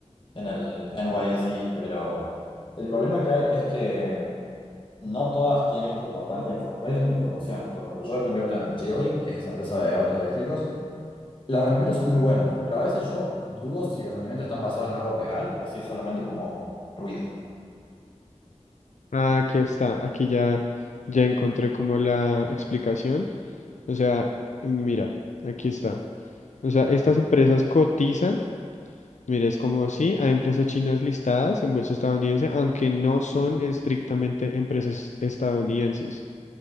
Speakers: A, on the left; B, on the left.
A: en el NYSE, pero el problema que hay es que no todas tienen como tanta información, no hay tanta información. O sea, por ejemplo, yo que invierto en Geely, que es esa empresa de autos eléctricos, los rendimientos son muy buenos, pero a veces yo dudo si los rendimientos están basados en algo real o si es solamente como ruido.
B: Ah, Aquí está, aquí ya, ya encontré como la explicación. O sea, eh, mira, aquí está. O sea, estas empresas cotizan Mira, es como sí, hay empresas chinas listadas en bolsa estadounidense, aunque no son estrictamente empresas estadounidenses.